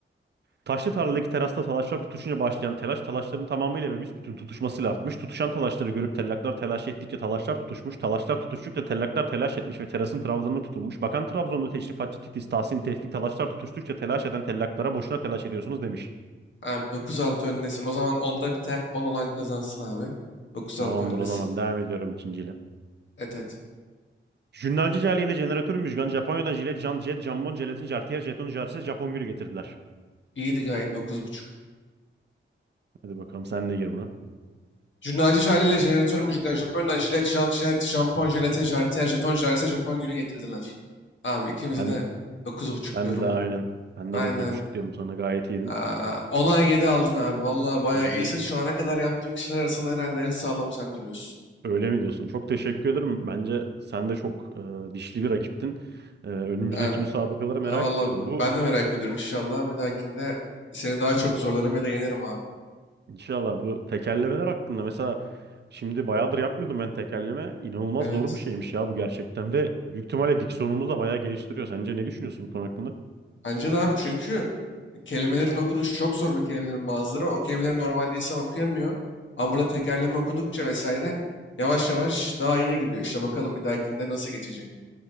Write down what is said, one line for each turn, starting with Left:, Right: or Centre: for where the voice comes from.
Right: Taşlı tarladaki terasta talaşlar tutuşunca başlayan telaş talaşların tamamıyla ve büsbütün tutuşmasıyla artmış. Tutuşan talaşları görüp tellaklar telaş ettikçe talaşlar tutuşmuş. Talaşlar tutuştukça tellaklar telaş etmiş ve terasın trabzanına tutunmuş. Bakan Trabzonlu teşrifatçı Titiz Tahsin Tevfik talaşlar tutuştukça telaş eden tellaklara boşuna telaş ediyorsunuz demiş.
Left: Abi dokuz altı öndesin o zaman 10'da biter 10 olan kazansın abi. Dokuz
Right: Tamamdır
Left: altı öndesin.
Right: o zaman devam ediyorum ikinciyle.
Left: Et et.
Right: Jünnalci Cale ile jeneratör Müjgan Japonya'dan jilet, can, jet, jambon, jelatin, jartiyer, jeton, jarse, Japon gülü getirdiler.
Left: İyiydi gayet dokuz buçuk.
Right: Hadi bakalım sen de gir buna.
Left: Jurnalci aileyle jeneratör müjgan Japonya'dan jilet, jant, jilet, şampon, jelatin, jartiyer, jeton, jarse, Japon gülü getirdiler. Abi ikimize
Right: Ben
Left: de dokuz buçuk
Right: ben
Left: diyorum.
Right: de aynen. Ben
Left: Aynen.
Right: de dokuz buçuk diyorum sana gayet iyiydin.
Left: Aa, 10'a 7 aldın abi. Vallahi bayağı
Right: Bugün
Left: iyisin. Şu ana kadar yaptığım kişiler arasında herhalde en sağlam sen duruyorsun.
Right: Öyle mi diyorsun? Çok teşekkür ederim. Bence sen de çok e, dişli bir rakiptin. E, önümüzdeki
Left: Yani,
Right: müsabakaları merak
Left: aa, vallahi
Right: ediyorum. Bu
Left: ben de merak ediyorum inşallah. Bir dahakinde seni daha çok zorlarım ya da yenerim abi.
Right: inşallah bu tekerlemeler hakkında mesela şimdi bayağıdır yapmıyordum ben tekerleme. İnanılmaz
Left: Evet.
Right: zor bir şeymiş ya bu gerçekten ve büyük ihtimalle diksiyonumuzu da bayağı geliştiriyor. Sence ne düşünüyorsun bu konu hakkında?
Left: Bence de abi çünkü kelimelerin okunuşu çok zor bir kelimelerin bazıları. O kelimeleri normalde insan okuyamıyor. Ama burada tekerleme okudukça vesaire yavaş yavaş daha iyiye gidiyor. İşte bakalım bir dahakinde nasıl geçecek.